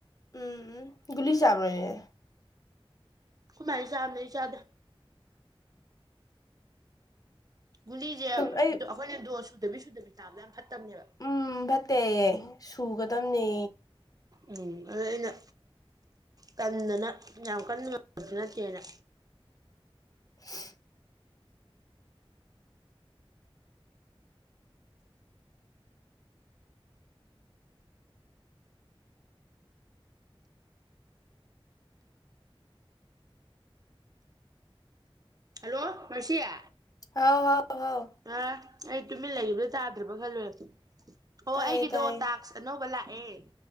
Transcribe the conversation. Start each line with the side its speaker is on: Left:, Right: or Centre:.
Left: ꯎꯝ ꯎꯝꯒ ꯆꯥꯕ꯭ꯔꯅꯦ
Right: ꯍꯃꯥꯏ ꯆꯥꯗ ꯆꯥꯗ ꯒꯨꯂꯤꯁꯦ ꯑꯩꯈꯣꯏꯅ
Left: ꯑꯩ
Right: ꯗꯣꯟ ꯁꯨꯗꯕꯤ ꯁꯨꯗꯕꯤ ꯇꯥꯕꯗ ꯌꯥꯝ ꯐꯠꯇꯕꯅꯦꯕ
Left: ꯎꯝ ꯐꯠꯇꯦꯌꯦ ꯁꯨꯒꯗꯝꯕꯅꯦ
Right: ꯎꯝ ꯑꯗꯨꯗꯣ ꯑꯩꯅ ꯀꯟꯗꯅ ꯌꯥꯝ ꯀꯟ ꯉꯕꯁꯨ ꯅꯠꯇꯦꯅ
Left: ꯎ
Right: ꯍꯜꯂꯣ ꯉꯔꯁꯤꯌꯦ
Left: ꯍꯥꯎ ꯍꯥꯎ ꯑꯍꯥꯎ
Right: ꯑ ꯑꯩ ꯇꯨꯃꯤꯟ ꯂꯩꯕꯗꯣ ꯇꯥꯗ꯭ꯔꯕ ꯈꯜꯂꯨꯔꯦ ꯑꯣ
Left: ꯇꯥꯏꯌꯦ
Right: ꯑꯩꯒꯤꯗꯣ
Left: ꯇꯥꯏꯌꯦ
Right: ꯇꯥꯛꯁ ꯑꯅꯧꯕ ꯂꯥꯛꯑꯦ